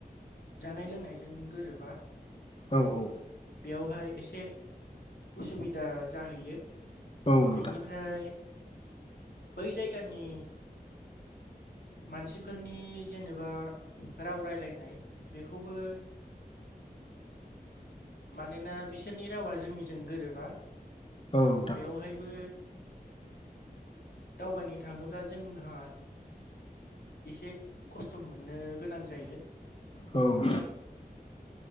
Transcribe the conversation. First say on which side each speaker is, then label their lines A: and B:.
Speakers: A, on the left; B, on the left.
A: जानाय लोंनायजों गोरोबा
B: औ-औ।
A: बेयावहाय एसे उसुबिदा जाहैयो।
B: औ नोंथां
A: बेनिफ्राय बै जायगानि मानसिफोरनि जेनेबा राव रायलायनाय बेखौबो मानोना बिसोरनि रावा जोंनिजों गोरोबा।
B: औ नोंथां
A: बेवहायबो दावबायनो थाङोब्ला जोंहा एसे खस्थ' मोननो गोनां जायो।
B: औ <inaudible>